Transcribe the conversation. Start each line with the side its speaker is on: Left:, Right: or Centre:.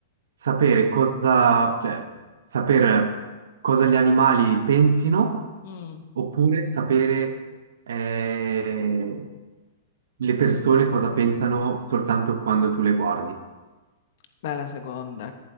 Right: sapere cosa, cioè, sapere cosa gli animali pensino
Left: Mm.
Right: oppure sapere eh, le persone cosa pensano soltanto quando tu le guardi?
Left: Beh, la seconda.